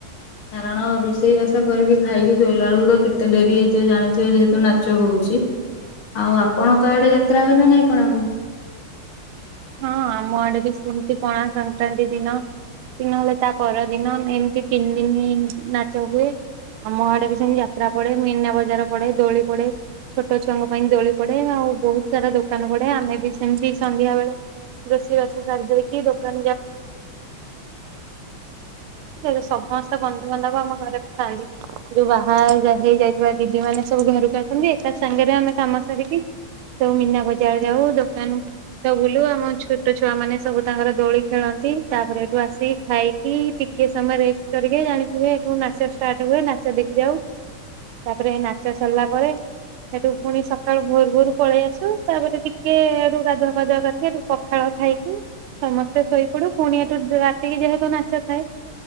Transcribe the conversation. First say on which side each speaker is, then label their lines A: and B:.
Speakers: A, on the left; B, on the right.
A: କାରଣ ରୋଷେଇ ବାସ କରିକି ଖାଇକି ଶୋଇଲା ବେଳକୁ ତ କେତେ ଡେରି ହେଇଥିବ ଜାଣିଥିବେ ଯେହେତୁ ନାଚ ହଉ ହଉଛି। ଆଉ ଆପଣଙ୍କ ଆଡ଼େ ଯାତ୍ରା ହୁଏ ନା ନାଇଁ ପଣା କୁ?
B: ହଁ ଆମ ଆଡ଼େ ବି ସେମିତି ପଣା ସଂକ୍ରାନ୍ତି ଦିନ କି ନହେଲେ ତା ପରଦିନ ଏମିତି ତିନି ଦିନ ନାଚ ହୁଏ ଆମ ଆଡ଼େ ବି ସେମିତି ଯାତ୍ରା ପଡ଼େ ମୀନା ବଜାର ପଡ଼େ ଦୋଳି ପଡ଼େ। ଛୋଟ ଛୁଆଙ୍କ ପାଇଁ ଦୋଳି ପଡ଼େ ଆଉ ବହୁତ ସାରା ଦୋକାନ ପଡ଼େ ଆମେ ବି ସେମିତି ସନ୍ଧ୍ୟା ବେଳେ ରୋଷେଇ ବାସ ସାରି ଦେଇକି ଦୋକ ସମସ୍ତ ବନ୍ଧୁବାନ୍ଧବ ଆମ ଘରକୁ ଥାଆନ୍ତି ଯୋଉଁ ବାହା ହେଇ ଯାଇଥିବା ଦିଦି ମାନେ ସବୁ ଘରକୁ ଏକା ସାଙ୍ଗରେ ଆମେ କାମ ସରିକି ସବୁ ମୀନା ବଜାର ଯାଉ, ଦୋକାନ ସବୁ ବୁଲୁ ହଁ ଛୋଟ ଛୁଆ ମାନେ ସବୁ ତାଙ୍କର ଦୋଳି ଖେଳନ୍ତି ତାପରେ ସେଠୁ ଆସିକି ଖାଇକି ଟିକେ ସମୟ ରେଷ୍ଟ କରିକ ଜାଣିଥିବେଠୁ ନାଚ ଷ୍ଟାର୍ଟ ହୁଏ। ନାଚ ଦେଖି ଯାଉ। ତାପରେ ଏଇ ନାଚ ସରଲା ପରେ ସେଠୁ ପୁଣି ସକାଳୁ ଭୋରୁ ଭୋରୁ ପଳେଇ ଆସୁ ତାପରେ ଟିକେ ଏଠୁ ଗାଧୁଆ ଫାଧୁଆ କରିକି ସେଠୁ ପଖାଳ ଖାଇକି ସମସ୍ତେ ଶୋଇ ପଡ଼ୁ ପୁଣି ସେଠୁ ରାତିକି ଯେହେତୁ ନାଚ ଥାଏ